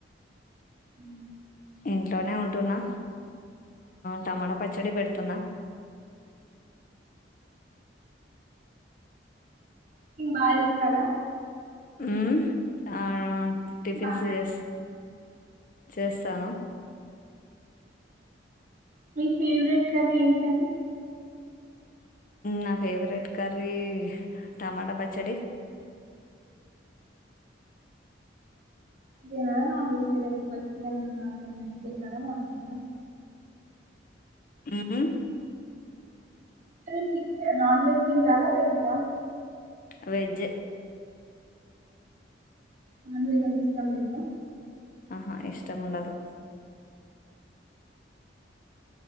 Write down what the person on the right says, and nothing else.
ఉ
కుకింగ్ బాగా చేస్తారా
బాగా
మీ ఫేవరెట్ కర్రీ ఏంటి అది
వె నాన్ వెజిటేరియన్ ఇ చికన్ మటన్ వెజ్ ఏంటార నాన్ వెజ్
అది నాన్ వెజ్ తింటారా వెజ్ ఆ
నాన్ వెజ్ అంటే ఇష్టం లేదా